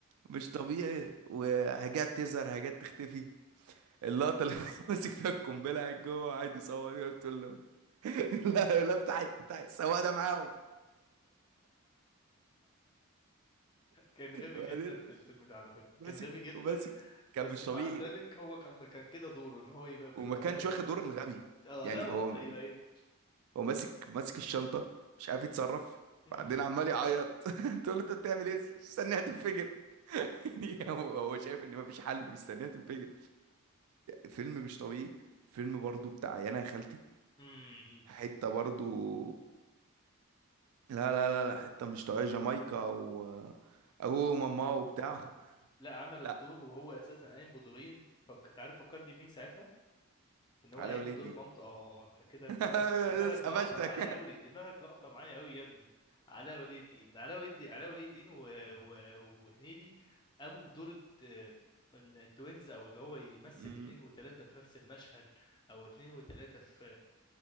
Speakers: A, on the right; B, on the left.
A: مش طبيعي وحاجات تظهر حاجات تختفي اللقطة اللي <laughs> ماسك فيها القنبلة قاعد جوه قاعد يصور يقول تقول له <laughs> لا لا افتحي افتحي السواق ده معاهم
B: كان غبي
A: وبعدين
B: جدا في الفيلم ده على فكرة
A: ماسك
B: كان غبي جدا
A: وماسك كان
B: بس
A: مش
B: مع
A: طبيعي
B: ذلك هو كان كان كده دوره ان هو يبقى بالغباء
A: وما كانش
B: ده
A: واخد دور الغبي
B: اه
A: يعني
B: لا
A: هو
B: ايوه ايوه
A: هو ماسك ماسك الشنطة مش عارف يتصرف
B: مم.
A: بعدين عمال
B: <laughs>
A: يعيط <laughs> تقول له انت بتعمل ايه استناها تنفجر <laughs> يعني هو هو شايف ان مفيش حل مستناها تنفجر فيلم مش طبيعي فيلم برضو بتاع يانا يا خالتي
B: مم.
A: حتة برضو لا لا لا لا حتة مش طبيعية جامايكا و أبو ماما وبتاع
B: لا عمل الدور
A: لا
B: وهو اساسا قايم بدورين فكنت عارف فكرني بمين ساعتها ان هو
A: علاء
B: قايم
A: ولي
B: بدور
A: الدين
B: مامته اه انت كده
A: <laughs>
B: دماغك دماغك
A: بس قفشتك
B: لقطه معايا قوي دماغك لقطه معايا قوي يا ابني علاء ولي الدين علاء ولي الدين علاء ولي الدين و... و... وهنيدي قاموا بدور الت- التوينز او اللي هو يمثل
A: أمم.
B: اتنين وتلاته في نفس المشهد او اتنين وتلاته في